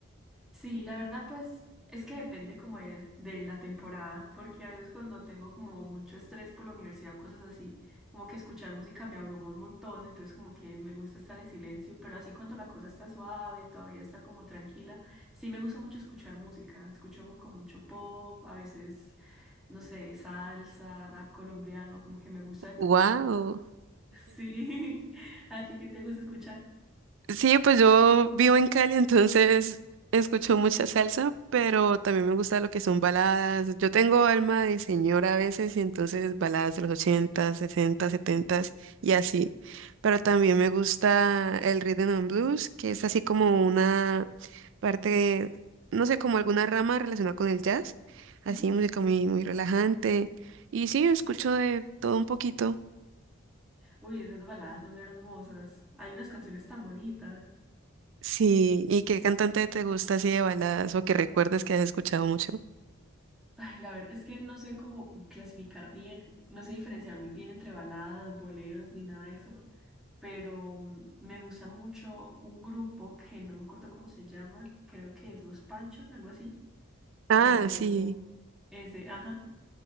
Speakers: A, in the centre; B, on the right.
A: Sí, la verdad, pues es que depende como de, de la temporada, porque a veces cuando tengo como mucho estrés por la universidad o cosas así, como que escuchar música me abruma un montón, entonces como que me gusta estar en silencio, pero así cuando la cosa está suave, todavía está como tranquila, sí me gusta mucho escuchar música, escucho como con mucho pop, a veces, no sé, salsa, rap colombiano, como que me gusta de todo
B: ¡Wow!
A: un poco. <laughs> Sí, <laughs> ¿a ti qué te gusta escuchar?
B: Sí, pues yo vivo en Cali, entonces escucho mucha salsa, pero también me gusta lo que son baladas. Yo tengo alma de señora a veces, y entonces baladas de los 80, 60, 70 y así. Pero también me gusta el rhythm and blues, que es así como una parte, no sé, como alguna rama relacionada con el jazz. Así,
A: Ujú.
B: música muy, muy relajante. Y sí, escucho de todo un poquito.
A: Uy, esas baladas son hermosas. Hay unas canciones tan bonitas.
B: Sí, ¿y qué cantante te gusta así de baladas o que recuerdes que has escuchado mucho?
A: Ay, la verdad es que no sé cómo clasificar bien, no sé diferenciar muy bien entre baladas, boleros, ni nada de eso, pero mm, me gusta mucho un grupo que no me acuerdo cómo se llama, creo que es Los Panchos, algo así,
B: Ah,
A: o
B: sí,
A: ese, ajá.